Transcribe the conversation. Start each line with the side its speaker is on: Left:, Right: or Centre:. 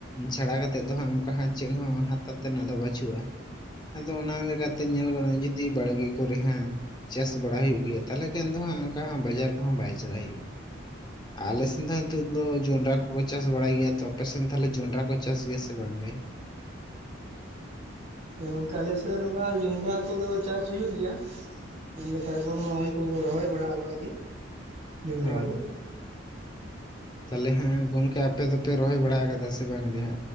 Left: ᱪᱷᱟᱲᱟ ᱠᱟᱛᱮᱮᱫ ᱫᱚ ᱦᱟᱸᱜ ᱚᱱᱠᱟ ᱦᱟᱸᱜ ᱪᱮᱫ ᱦᱚᱸ ᱦᱟᱛᱟᱣ ᱛᱮᱱᱟᱜ ᱫᱚ ᱵᱟᱹᱪᱩᱜᱼᱟ ᱾ ᱟᱫᱚ ᱚᱱᱟ ᱞᱮᱠᱟᱛᱮ ᱧᱮᱞ ᱜᱚᱫᱚᱜ ᱡᱩᱫᱤ ᱵᱟᱲᱜᱮ ᱠᱚᱨᱮ ᱦᱮᱸ ᱪᱟᱥ ᱵᱟᱲᱟ ᱦᱩᱭᱩᱜ ᱜᱮᱭᱟ ᱛᱟᱦᱞᱮ ᱠᱷᱟᱱ ᱫᱚᱜ ᱚᱱᱠᱟ ᱵᱟᱡᱟᱨ ᱠᱚᱦᱚᱸ ᱵᱟᱭ ᱪᱟᱞᱟᱜ ᱦᱩᱭᱩᱜᱼᱟ᱾ ᱟᱞᱮ ᱥᱮᱮᱫ ᱫᱚ ᱱᱤᱛᱚᱜ ᱫᱚ ᱡᱚᱱᱰᱨᱟ ᱠᱚᱠᱚ ᱪᱟᱥ ᱵᱟᱲᱟᱭ ᱜᱮᱭᱟ ᱛᱚ ᱟᱯᱮ ᱥᱮᱱ ᱛᱟᱦᱚᱞᱮ ᱡᱚᱸᱰᱨᱟ ᱠᱚ ᱪᱟᱥ ᱜᱮᱭᱟ ᱥᱮ ᱵᱟᱝᱜᱮ?
Right: ᱜᱚᱝᱠᱮ ᱟᱞᱮ ᱥᱮ ᱱᱚᱝᱠᱟ ᱡᱚᱱᱰᱨᱟᱼᱼ ᱦᱠᱩ ᱫᱚ ᱪᱟᱥ ᱦᱩᱭᱩᱜ ᱜᱮᱭᱟ ᱢᱮᱱᱞᱠᱷᱟᱯᱚᱱ ᱢᱟ ᱠᱚᱠᱚ ᱨᱚᱦᱚᱭ ᱵᱟᱲᱟ ᱟᱠᱟᱫ ᱜᱮ᱾ ᱡᱚᱱᱰᱨᱟ
Left: ᱚ᱾
Right: ᱠᱚ
Left: ᱛᱟᱦᱚᱞᱮ ᱦᱮᱸ ᱜᱚᱝᱠᱮ ᱟᱯᱮ ᱫᱚᱯᱮ ᱨᱚᱦᱚᱭ ᱵᱟᱲᱟ ᱠᱟᱫᱟ ᱥᱮ ᱵᱟᱝ ᱜᱮ ᱦᱮ?